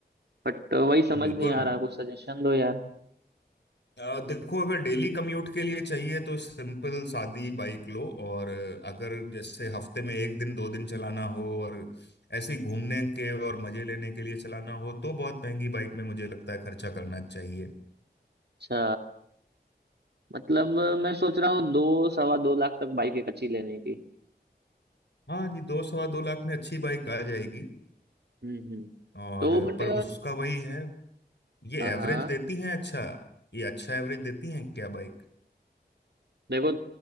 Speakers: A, on the right; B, on the left.
A: बट वही समझ
B: बिल्कुल
A: नहीं आ रहा कुछ सजेशन दो यार
B: अ, देखो अगर डेली कम्यूट के लिए चाहिए तो सिंपल सादी बाइक लो और अगर जैसे हफ्ते में एक दिन दो दिन चलाना हो और ऐसे ही घूमने के और मजे लेने के लिए चलाना हो तो बहुत महंगी बाइक में मुझे लगता है खर्चा करना चाहिए
A: अच्छा मतलब अ, मैं सोच रहा हूँ दो सवा दो लाख तक बाइक एक अच्छी लेने की
B: हाँ जी दो सवा दो लाख में अच्छी बाइक आ जाएगी
A: हम्म हम्म
B: और
A: तो बट
B: पर उसका वही है ये
A: हाँ
B: एवरेज
A: हाँ
B: देती हैं अच्छा ये अच्छा एवरेज देती हैं क्या बाइक
A: देखो